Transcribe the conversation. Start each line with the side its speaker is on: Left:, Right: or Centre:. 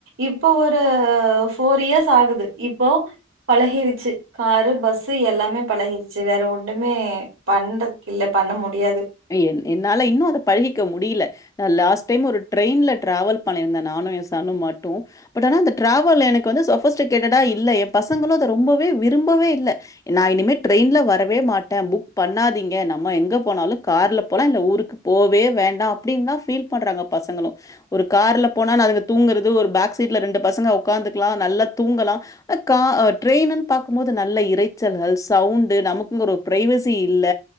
Right: இப்போ ஒரு ஃபோர் இயர்ஸ் ஆகுது இப்போ பழகிருச்சு காரு பஸ்சு எல்லாமே பழகிருச்சு வேற ஒன்னுமே பண்றதுக்கில்ல பண்ண முடியாது
Left: என் என்னால இன்னு அத பழகிக்க முடில நா லாஸ்ட் டைம் ஒரு ட்ரெயின்ல ட்ராவல் பண்ணிருந்தே நானு ஏன் சன்னு மட்டு பட் ஆனா அந்த டிராவல் எனக்கு வந்து சொஃபஸ்டிகேட்டடா இல்ல ஏ பசங்குளு அத ரொம்பவே விரும்பவே இல்ல நா இனிமே ட்ரெயின்ல வரவே மாட்டே புக் பண்ணாதீங்க நம்ம எங்க போனாலு கார்ல போலா இல்ல ஊருக்கு போவே வேண்டா அப்டின்தா ஃபீல் பண்றாங்க பசங்களு ஒரு கார்ல போனா நா அதுங்க தூங்குறது ஒரு பேக் சீட்ல ரெண்டு பசங்க ஒக்காந்துக்லா நல்லா தூங்கலா அ கா ட்ரெயின்னுன் பாக்கும்போது நல்ல இறைச்சல்கள் சவுண்டு நமக்குன் ஒரு பிரைவேசி இல்ல